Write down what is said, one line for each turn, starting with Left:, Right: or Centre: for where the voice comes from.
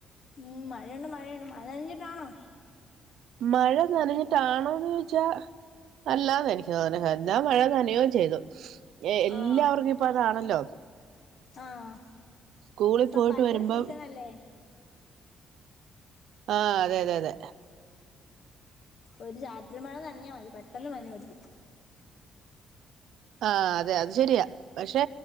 Left: ഉം മഴയുണ്ട് മഴയുണ്ട് മഴ നഞ്ഞിട്ടാണോ?
Right: മഴ നനഞ്ഞിട്ടാണോന്ന് ചോയ്ച്ചാ അല്ലാന്ന് എനിക്ക് തോന്നെ <unintelligible> മഴ നനയൂം ചെയ്തു. എ എല്ലാവർക്കും
Left: ആഹ്
Right: ഇപ്പ അതാണല്ലോ.
Left: ആഹ്
Right: സ്കൂളി
Left: ഇപ്പൊ
Right: പോയിട്ട്
Left: പനിയുടെ
Right: വരുമ്പോം
Left: സീസൺ അല്ലേ
Right: ആഹ് അതെ അതെ അതെ.
Left: ഒരു ചാറ്റ മഴ നനഞ്ഞാ മതി പെട്ടെന്ന് പനി പിടിക്കും
Right: ആഹ് അതെ അത് ശരിയാ, പക്ഷെ